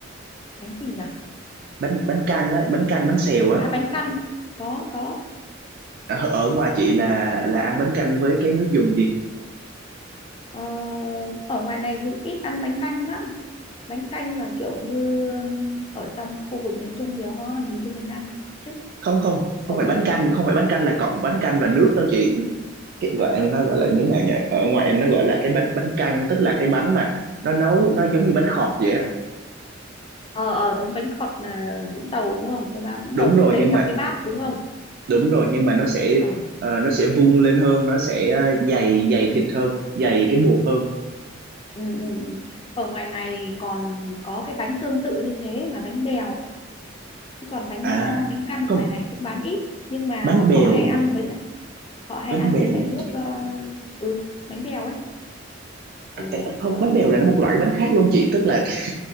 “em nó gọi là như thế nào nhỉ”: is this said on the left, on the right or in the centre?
Right